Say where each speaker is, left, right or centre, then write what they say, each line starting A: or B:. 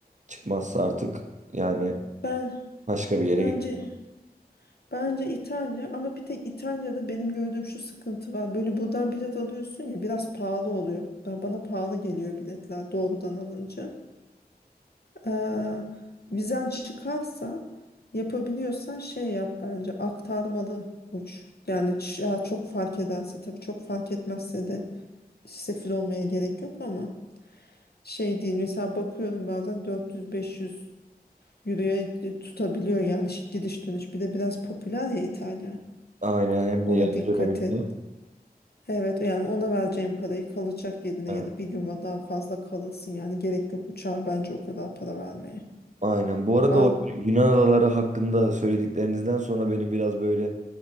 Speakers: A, on the right; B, on the left.
A: çıkmazsa artık yani
B: Ben
A: başka bir yere
B: bence
A: gidip
B: bence İtalya ama bir tek İtalya'da benim gördüğüm şu sıkıntı var. Böyle buradan bilet alıyorsun ya biraz pahalı oluyor. Ben bana pahalı geliyor biletler doğrudan alınca. Eee, vizen çıkarsa yapabiliyorsan şey yap bence aktarmalı uç. Yani ç- ya çok fark ederse tabii çok fark etmezse de sefil olmaya gerek yok ama şey değil mesela bakıyorum bazen 400-500 euroya tutabiliyor yani şi- gidiş dönüş bir de biraz popüler ya İtalya
A: aynen hem de
B: ona
A: yaz
B: dikkat
A: döneminde.
B: et. Evet yani ona vereceğin parayı kalacak yerine
A: Evet.
B: ya da bir gün daha fazla kalırsın yani gerek yok uçağa bence o kadar para vermeye.
A: Aynen. Bu arada
B: Ben...
A: o Yunan adaları hakkında söylediklerinizden sonra benim biraz böyle